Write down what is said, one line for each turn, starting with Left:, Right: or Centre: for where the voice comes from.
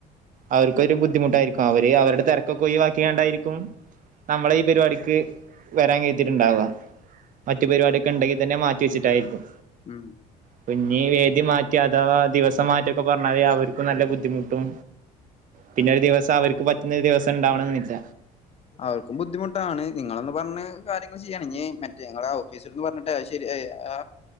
Right: അവർക്കൊരു ബുദ്ധിമുട്ടായിരിക്കും അവര് അവരുടെ തിരക്കൊക്കെ ഒയിവാക്കിയാണ്ടായിരിക്കും നമ്മളെ ഈ പരിപാടിക്ക് വരാൻ ഏറ്റിട്ട്ണ്ടാവ മറ്റ പരിപാടിയൊക്കെ ഇണ്ടെിൽ തന്നെ മാറ്റിവെച്ചിട്ടായിരിക്കും
Left: ഉം
Right: പ്പൊഞ്ഞി വേദി മാറ്റി അഥവാ ദിവസം മാറ്റിയൊക്കെ പറഞ്ഞാല് അവർക്കും നല്ല ബുദ്ധിമുട്ടും പിന്നെ ഒരു ദിവസം അവർക്ക് പറ്റുന്ന ഒരു ദിവസം ഉണ്ടാവണന്നില്ല
Left: അവർക്കും ബുദ്ധിമുട്ടാണ് നിങ്ങളൊന്ന് പറഞ്ഞ് കാര്യങ്ങൾ ചെയ്യണെങ്ങി മറ്റേ ഞങ്ങളുടെ ഓഫീസി ഒന്ന് പറഞ്ഞിട്ടെ ശരി ആ